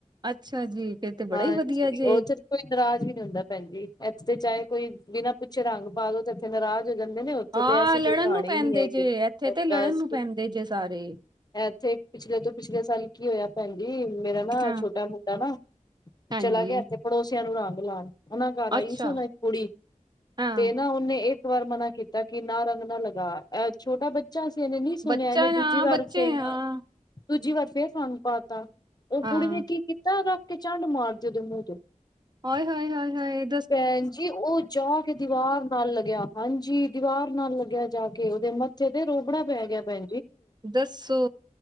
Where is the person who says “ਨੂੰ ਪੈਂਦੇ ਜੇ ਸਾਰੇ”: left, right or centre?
Right